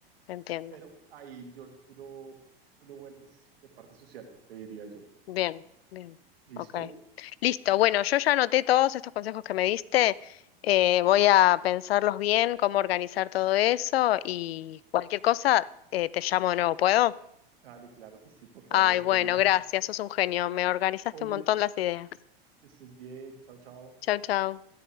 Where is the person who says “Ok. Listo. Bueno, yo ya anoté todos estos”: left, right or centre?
Left